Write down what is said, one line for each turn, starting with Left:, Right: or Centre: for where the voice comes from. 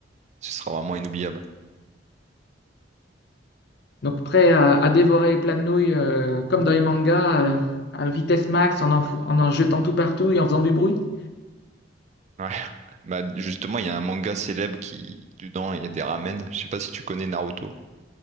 Right: ce sera vraiment inoubliable.
Left: Donc prêt à, à dévorer plein de nouilles euh, comme dans les mangas, à, à vitesse max, en en, fou- en en jetant tout partout et en faisant du bruit.
Right: Ouais. <laughs> Bah, justement, il y a un manga célèbre qui, dedans, il y a des ramen. Je sais pas si tu connais Naruto.